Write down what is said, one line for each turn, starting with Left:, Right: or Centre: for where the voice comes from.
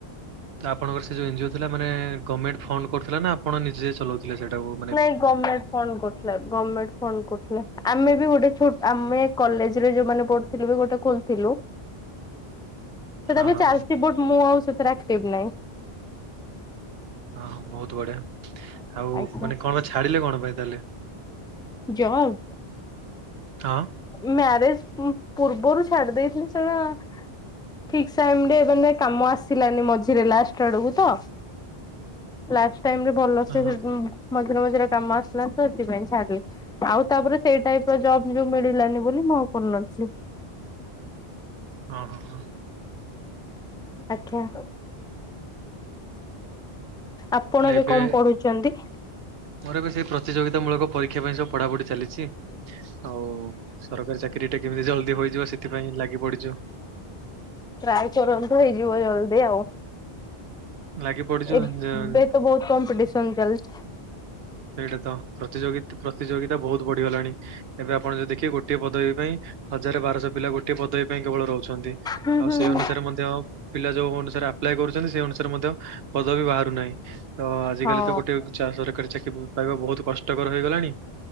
Right: ତ ଆପଣଙ୍କର ସେ ଯୋଉ ଏଜିଓ ଥିଲା ମାନେ ଗମେଣ୍ଟ ଫଣ୍ଡ କରୁଥିଲା ନା ଆପଣ ନିଜେ ଚଲଉଥିଲେ ସେଇଟାକୁ?
Centre: <unintelligible> <unintelligible> ଥିଲୁ ବି ଗୋଟେ ଖୋଲଥିଲୁ।
Right: <unintelligible>
Centre: ସେଟା ଯୋଉ
Right: ହଁ
Centre: ଚାଲିଛି ବଟ ମୁଁ ଆଉ ସେଥିରେ ଆକ୍ଟିଭ ନାହିଁ।
Right: ହଁ ବହୁତ ବଢିଆ। ଆଉ
Centre: ଆଜ୍ଞା
Right: ମାନେ କଣ ପାଇଁ ଛାଡିଲେ କଣ ପାଇଁ ତାହେଲେ।
Centre: ଯବ୍?
Right: ହଁ
Centre: ମ୍ୟାରେଜ ପୂର୍ବରୁ ଛାଡି ଦେଇେଇଥିଲି ସେଟା ଠିକ୍ <unintelligible> ମାନେ କାମ ଆସିଲାନି ମଝିରେ ଲାଷ୍ଟ ଆଡକୁ ତ। ଲାଷ୍ଟ୍ ଟାଇମରେ ଭଲ ସେ
Right: ହଁ ହଁ
Centre: ହେବ। ମଝିରେ ମଝିରେ କାମ ଆସିଲାନି ତ ସେଥିପାଇଁ ଛାଡିଲି ଆଉ ତାପରେ ସେଇ ଟାଇପ ର ଜବ୍। ଯଉ ମିଳିଲାନି ବୋଲି ମୁଁ ଆଉ କରୁ ନ ଥିଲି।
Right: ହଁ ହଁ ହଁ।
Centre: <unintelligible> ଆପଣ
Right: ହେଲେ
Centre: ବି
Right: ଏବେ
Centre: କଣ ପଢୁଛନ୍ତି?
Right: ମୋର ଏବେ ସେଇ ପ୍ରତିଯୋଗିତା ମୂଳକ ପରୀକ୍ଷା ପାଇଁ ସବୁ ପଢାପଢି ଚାଲିଛି। ଆଉ ସରକାରୀ ଚାକିରିୀ ଟା କେମିତି ଜଲଦି ହୋଇଯିବ ସେଥିପାଇଁ ଲାଗି ପଡିଛୁ।
Centre: ଟ୍ରାଏ କରନ୍ତୁ ହେଇଯିବ ଜଲଦି ଆଉ।
Right: ଲାଗି ପଡିଛୁ
Centre: ଏବେ
Right: ଅ
Centre: ତ ବହୁତ କମ୍ପିଟିସନ ଚାଲଛି।
Right: ସେଇଟା ତ ପ୍ରତିଯୋଗ ପ୍ରତିଯୋଗିତା ବହୁତ ବଢିଗଲାଣି ଏବେ ଆପଣ ଯଦି ଦେଖିବେ ଗୋଟେ ଗୋଟିଏ ପଦବୀ ପାଇଁ ହଜାର ବାରଶହ ପିଲା ଗୋଟିଏ ପଦବୀ ପାଇଁ କେବଳ ରହୁଛନ୍ତି
Centre: ହୁଁ
Right: ଆଉ
Centre: ହୁଁ
Right: ସେଇ
Centre: ହୁଁ।
Right: ଅନୁସାରେ ମଧ୍ୟ ପିଲା ଯୋଉ ଅନୁସାରେ ଆପ୍ଲାଏ କରୁଛନ୍ତି। ସେ ଅନୁସାରେ ମଧ୍ୟ ପଦ ବି ବାହାରୁ ନାହିଁ ତ ଆଜିକାଲି
Centre: ହଁ
Right: ତ ଗୋଟେ ସରକାରୀ ଚାକିରି ପାଇବା ବହୁତ କଷ୍ଟକର ହେଇଗଲାଣି।